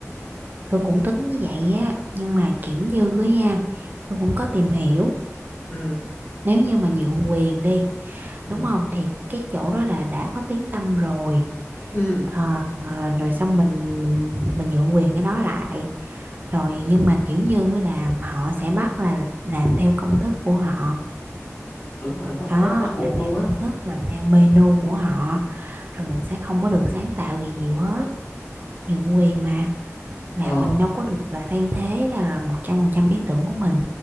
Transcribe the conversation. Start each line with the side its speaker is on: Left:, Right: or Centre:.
Right: tôi cũng tính như vậy á nhưng mà kiểu như á nha tôi cũng có tìm hiểu
Left: ừ
Right: nếu như mà nhượng quyền đi
Left: ừ
Right: đúng không thì cái chỗ đó là đã có tiếng tăm rồi
Left: ừ
Right: Ờ, ờ, rồi xong mình mình mình nhượng quyền cái đó lại rồi nhưng mà kiểu như là họ sẽ bắt là làm theo công thức của họ
Left: đúng rồi đúng rồi
Right: đó
Left: cái đó là bắt buộc
Right: làm
Left: luôn
Right: theo
Left: á
Right: công thức làm theo menu của họ rồi mình sẽ không có được sáng tạo gì nhiều hết nhượng quyền mà là
Left: ờ
Right: mình đâu có được là thay thế là một trăm phần trăm ý tưởng của mình